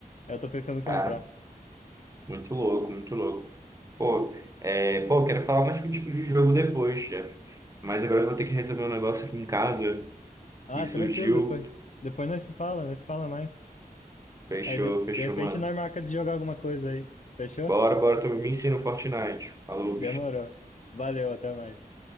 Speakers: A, on the left; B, on the right.
A: Aí Eu tô pensando em
B: Cara,
A: comprar.
B: muito louco, muito louco. Pô, é, pô, quero falar mais contigo de jogo depois, chefe. Mas agora eu vou ter que resolver um negócio aqui em casa
A: Ah,
B: que surgiu.
A: tranquilo, depois. Depois nós se fala, nós se fala mais.
B: Fechou,
A: Aí de,
B: fechou,
A: de repente
B: mano.
A: nós marca de jogar alguma coisa aí. Fechou?
B: Bora, bora, tu me ensina o Fortnite. Falou.
A: Demorou. Valeu, até mais.